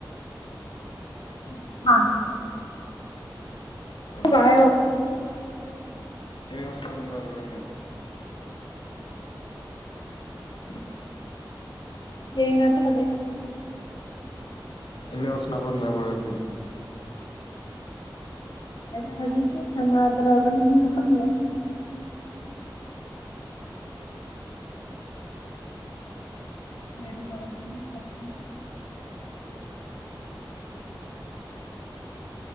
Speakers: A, on the left; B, on the left.
A: ꯎꯝ
B: ꯑ
A: ꯇꯥꯕ꯭ꯔꯣ
B: <unintelligible> ꯍꯥꯏꯔ
A: <unintelligible> <inaudible>
B: ꯌꯦꯟ ꯉꯥꯛꯇ ꯍꯥꯏꯕ ꯑꯩꯅ
A: ꯑꯦꯝ ꯑꯦꯜꯁ ꯁꯥꯅꯥꯕ ꯅꯨꯡꯉꯥꯏꯕ꯭ꯔꯣ ꯍꯥꯏꯕꯅꯦ
B: ꯃ ꯍꯧꯖꯤꯦ ꯆ ꯑ꯭ꯔꯒꯅꯤꯅ ꯀꯂ <inaudible>